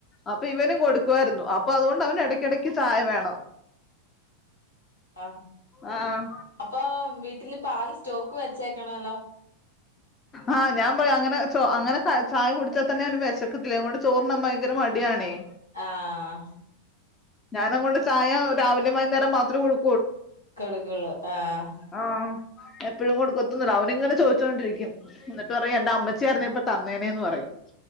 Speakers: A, on the left; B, on the left.
A: അപ്പഇവനും കൊട്ക്കുവായിര്ന്നു അപ്പ അത്കൊണ്ട് അവനെടക്കെടയ്ക്ക് ചായ വേണം
B: അഹ്
A: ആഹ്
B: അപ്പൊ വീട്ടില് പാല് സ്റ്റോക്ക് വെച്ചേക്കണല്ലോ
A: ആഹ് ഞാൻ പറിം അങ്ങനെ ചോ <unintelligible> ചായ കുടിച്ചാ തന്നെ അവന് വെശക്കത്തില്ല അങ്ങോട്ട് ചോറ്ന്നാൻ ഭയങ്കര മടിയാണേ
B: ആഹ്
A: ഞാനങ്ങോണ്ട് ചായ രാവിലെം വൈന്നേരം മാത്രേ കൊടു
B: കൊട്ക്കൊള്ളു ആഹ്
A: ആഹ് എപ്പഴും കൊട്ക്കത്തൊന്നുല്ല അവനിങ്ങനെ ചോയ്ച്ചോണ്ടിരിക്കും എന്നിട്ട് പറയും എന്റെ അമ്മച്ചയാര്ന്നെ ഇപ്പ തന്നേനേന്ന് പറയും